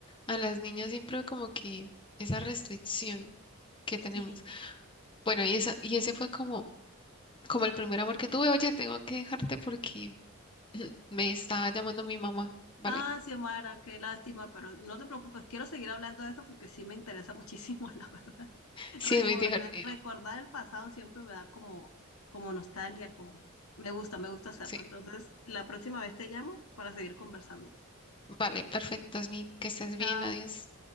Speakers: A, on the left (about 25°); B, on the left (about 80°).
A: a las niñas siempre como que esa restricción que tenemos.
B: Sí,
A: Bueno, y esa, y ese fue como, como el primer amor que tuve. Oye, tengo que dejarte porque me está llamando mi mamá, ¿vale?
B: Ah, Xiomara, qué lástima, pero no te preocupes, quiero seguir hablando de esto porque sí me interesa muchísimo, <laughs> la verdad. Recordar,
A: Sí, es muy <laughs> divertido.
B: recordar el pasado siempre me da como, como nostalgia, como me gusta, me gusta hacerlo.
A: Sí,
B: Entonces, la próxima vez te llamo para seguir conversando.
A: vale, perfecto, Smith, que estés
B: Chao.
A: bien, adiós.